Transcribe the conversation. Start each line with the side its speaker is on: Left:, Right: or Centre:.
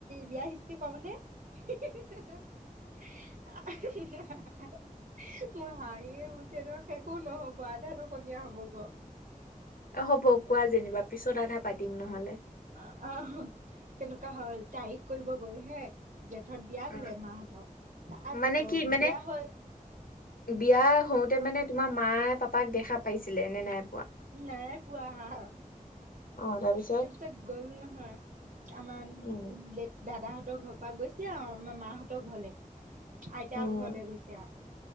Right: বিয়া হিষ্ট্ৰিকৰ মানে। <unintelligible> মোৰ হাহিয়ে উঠে নহয় শেষো নহব আধাটো কণীয়া হব গ।
Left: অঁ হ'ব কোৱা যেনিবা, পিছত আধা পাতিম নহ'লে।
Right: অ' আঁহ তেনেকুৱা হ'ল তাৰিখ কৰিব গৈ হে। জেঠত বিয়া
Left: উম
Right: বোলে মাহঁত, তাৰপিছত
Left: মানে কি মানে
Right: বিয়া হৈ-
Left: বিয়া হওঁতে মানে তোমাৰ মায়ে পাপাক দেখা পাইছিলে নে নাই পোৱা?
Right: নাই পোৱা হা।
Left: অ তাৰপিছত
Right: তাপিছত গ'ল নহয়, আমা
Left: উম
Right: লেট- দাদাহঁতৰ ঘৰ পৰা গৈছে আৰু আমাৰ মাহঁতৰ ঘৰলে। আইতাৰ
Left: উম
Right: ঘৰলে গৈছে আও,